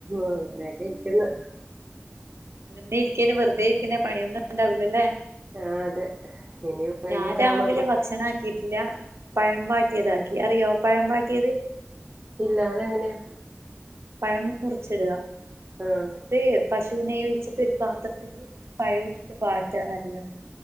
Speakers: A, on the right (about 35°); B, on the right (about 80°).
A: അങ്ങനെയൊക്കെ ഇരിക്കുന്നു
B: ങ്ങനെ ഇരിക്കേനി വെറുതെ ഇരിക്കെന്നി പണിയൊന്നും ഉണ്ടാവില്ലല്ലേ
A: ആഹ് അതെ ഇനി വൈകിട്ടാകുമ്പോ
B: ഞാ രാവിലെ
A: നമ്മ
B: ഭക്ഷണാക്കീട്ടില്ല പഴം വാട്ടിയതാക്കി അറിയോ പഴം വാട്ടിയത്?
A: ഇല്ല അതെങ്ങനെയാ
B: പഴം മുറിച്ചിടുക
A: ആഹ്
B: മുറിച്ചിട്ട് പശു നെയ്യ് ഒഴിച്ചിട്ട് ഒരു പാത്രത്തില് പഴട്ടിട്ട് വാട്ടാ നല്ലോണം